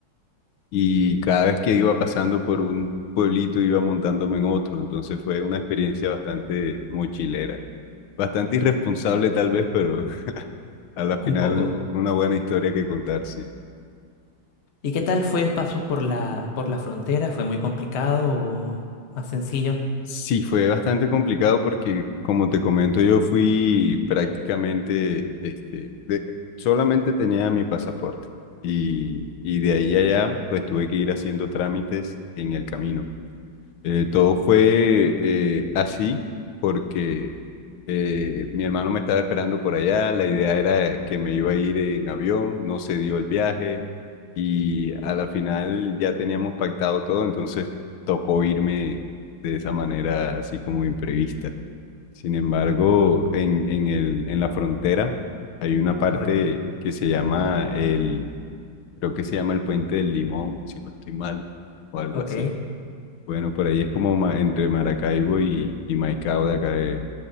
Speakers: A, on the left; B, on the left.
A: Y cada vez que iba pasando por un pueblito iba montándome en otro. Entonces fue una experiencia bastante mochilera. Bastante irresponsable tal vez, pero <laughs> a la final
B: un poco.
A: una buena historia que contar, sí.
B: ¿Y qué
A: Eh,
B: tal fue el paso por la, por la frontera? ¿Fue muy complicado o más sencillo?
A: Sí, fue bastante complicado porque, como te comento, yo fui prácticamente, este, de- solamente tenía mi pasaporte y, y de ahí a allá, pues tuve que ir haciendo trámites en el camino. Eh, todo fue eh, así porque eh, mi hermano me estaba esperando por allá, la idea era que me iba a ir en avión, no se dio el viaje y a la final ya teníamos pactado todo, entonces tocó irme de esa manera así como imprevista. Sin embargo, en, en el, en la frontera hay una parte
B: Correcto.
A: que se llama el, creo que se llama el Puente del Limón, si no estoy mal, o algo
B: Ok.
A: así bueno, por ahí es como ma- entre Maracaibo y, y Maicao de acá de